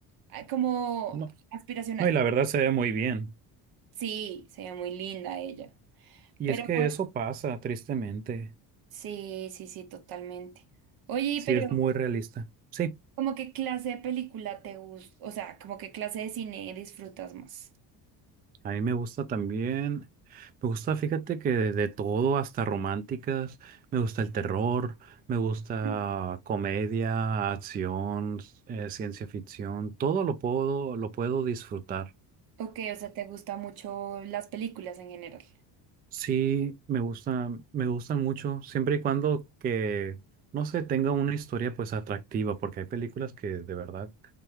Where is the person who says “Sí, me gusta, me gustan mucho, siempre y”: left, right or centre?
Right